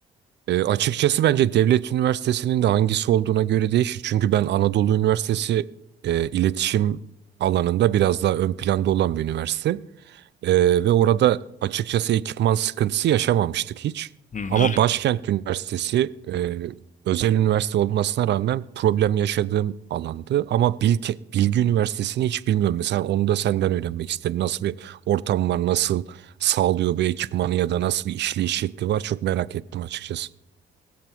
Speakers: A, on the right; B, on the left.
A: E, açıkçası bence devlet üniversitesinin de hangisi olduğuna göre değişir. Çünkü ben Anadolu Üniversitesi e, iletişim alanında biraz daha ön planda olan bir üniversite. Ee, ve orada açıkçası ekipman sıkıntısı yaşamamıştık hiç.
B: Hmm,
A: Ama
B: öyle mi?
A: Başkent Üniversitesi e, özel üniversite olmasına rağmen problem yaşadığım alandı. Ama Bilke, Bilgi Üniversitesi'ni hiç bilmiyorum. Mesela onu da senden öğrenmek isterim. Nasıl bir ortam var, nasıl sağlıyor bu ekipmanı ya da nasıl bir işleyiş şekli var çok merak ettim açıkçası.